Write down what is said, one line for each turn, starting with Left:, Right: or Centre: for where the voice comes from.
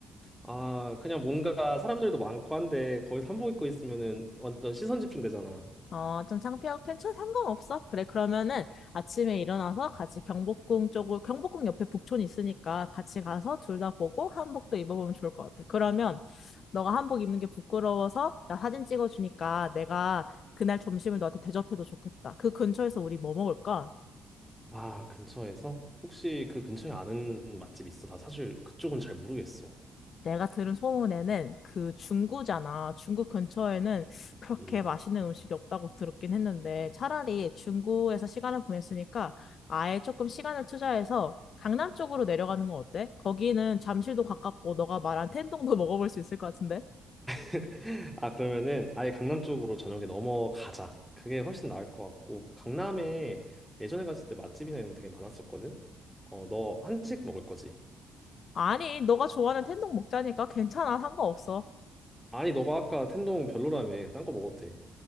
Centre: 아, 그냥 뭔가 사람들도 많고 한데 거기서 한복 입고 있으면은 완전 시선 집중되잖아.
Left: 어, 좀 창피하고 괜찮아. 상관없어. 그래, 그러면은 아침에 일어나서 같이 경복궁 쪽으로, 경복궁 옆에 북촌 있으니까 같이 가서 둘 다 보고 한복도 입어보면 좋을 것 같아. 그러면 너가 한복 입는 게 부끄러워서 나 사진 찍어주니까 내가 그날 점심을 너한테 대접해도 좋겠다. 그 근처에서 우리 뭐 먹을까?
Centre: 아, 근처에서? 혹시 그 근처에 아는 맛집 있어? 나 사실 그쪽은 잘 모르겠어.
Left: 내가 들은 소문에는 그 중구잖아. 중구 근처에는 그렇게
Centre: 음.
Left: 맛있는 음식이 없다고 들었긴 했는데 차라리 중구에서 시간을 보냈으니까 아예 조금 시간을 투자해서 강남 쪽으로 내려가는 건 어때? 거기는 잠실도 가깝고 너가 말한 텐동도 <laughs> 먹어볼 수 있을 것 같은데?
Centre: <laughs> 아, 그러면은 아예 강남 쪽으로 저녁에 넘어가자. 그게 훨씬 나을 것 같고, 강남에 예전에 갔을 때 맛집이나 이런 게 되게 많았었거든? 어, 너 한식 먹을 거지?
Left: 아니, 너가 좋아하는 텐동 먹자니까 괜찮아. 상관없어.
Centre: 아니, 너가 아까 텐동 별로라며. 딴 거 먹어도 돼.